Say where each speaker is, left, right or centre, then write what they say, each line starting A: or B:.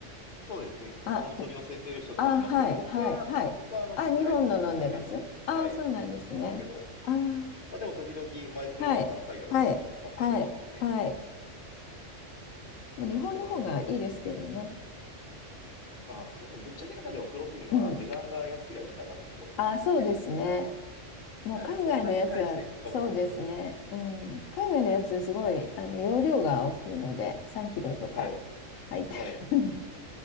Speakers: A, on the left (about 45°); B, on the left (about 85°).
A: そうですね。
B: あ、
A: あの、取り寄せてる人とかいますよね。
B: あ、はい、
A: 僕は、
B: はい、はい。
A: 僕はあの、
B: あ、
A: 国内のプロテイン飲んでるんです。
B: 日本の飲んでます。あ、
A: はい、
B: そうなんですね。
A: 飲んでるんですけど。
B: あー、
A: まあでも時々マイプロとか海外のやつも使ったりはしますね。
B: はい、はい、はい、はい。もう日本の方がいいですけどね。
A: あ、そうなんですね。お、まあそうですね。ぶっちゃけなんかでもプロテインは値段が安ければいいかなと思ってますね。
B: うんあ、そうですね。もう海外のやつは、
A: はい。そんなに大して変わらんだろ
B: そうですね。うん。海外のやつ、すごい、あの、容量が大きいので、3キロとか
A: う。はい。
B: 入ってるんで、
A: はい。